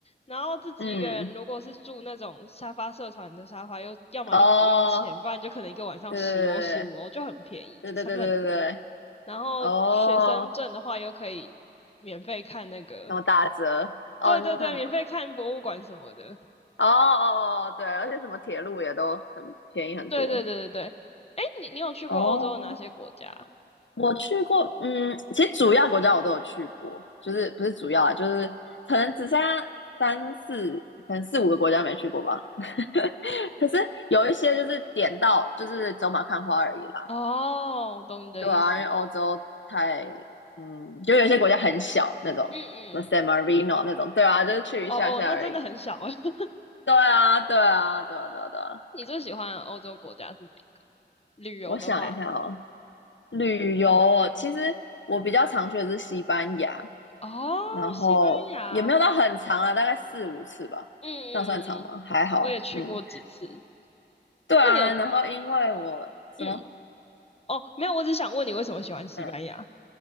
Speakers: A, on the left (about 35°); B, on the left (about 85°).
A: 然后自己一个人如果是住那种沙发社团的沙发，
B: 嗯，
A: 又要么就不用钱，
B: 哦，
A: 不然就可能一个晚上十欧十五欧就很便宜，
B: 对对对对对对对，
A: 成本很低。
B: 对
A: 然后学生证的话又可以免费看那个
B: 哦，什么打折？哦，
A: 对对对，
B: 你说看什么？
A: 免费看博物馆什么的。
B: 哦哦哦，对，而且什么铁路也都很便宜很多。
A: 对对对对对。哎，你你有去过欧洲的哪些国家？
B: 哦，我去过，嗯，其实主要国家我都有去过，就是不是主要啊，就是可能只剩下三四，可能四五个国家没去过吧。<laughs> 可是有一些就是点到就是走马看花而已啦。
A: 哦，懂你的意思。
B: 对啊，因为欧洲太，嗯，就有些国家很小那种，
A: 嗯嗯嗯。
B: 什么 San Marino 那种，对啊，就是去一下下而已。
A: 哦哦，那真的很小哎。<laughs>
B: 对啊，对啊，对啊，对啊，对啊。
A: 你最喜欢的欧洲国家是哪一个？旅游的话，
B: 我想一下哦，旅游哦其实我比较常去的是西班牙，
A: 哦，
B: 然后也没有到很长啊，
A: 西班牙。嗯
B: 大概四五次吧，
A: 嗯嗯嗯，
B: 这样算长吗？还好，
A: 我也去过几次。
B: 嗯，对啊。
A: 那你有
B: 然后因为我什么？
A: 嗯哦没有？我只想问你为什么喜欢西班牙？
B: 嗯